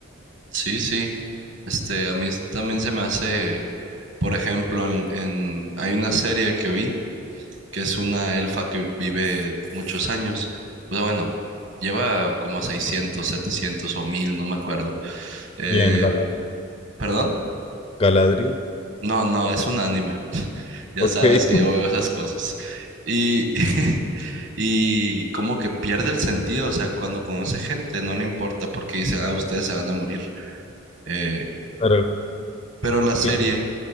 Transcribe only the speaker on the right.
Sí, sí. Este, a mí también se me hace, por ejemplo, en, en, hay una serie que vi que es una elfa que vive muchos años. O sea, bueno, lleva como seiscientos setecientos o mil no me acuerdo. Eh,
¿perdón?
No, no, es un anime. <laughs> Ya
sabes
que yo veo esas cosas. Y, <laughs> y como que pierde el sentido, o sea, cuando conoce gente no le importa porque dice, ah, ustedes se van a morir. Eh,
pero la serie